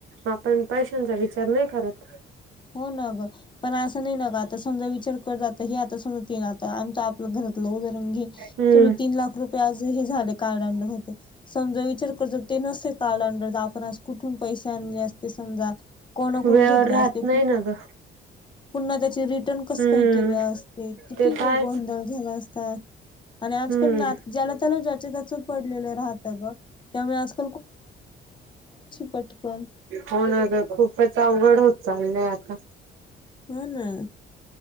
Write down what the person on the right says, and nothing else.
आपण पैशांचा विचार नाही करत.
हम्म
वेळेवर
राहत
नाही ना ग
हम्म
ते तर
आहेच
हम्म
हो ना ग खूप पच अवघड होत चाललंय आता.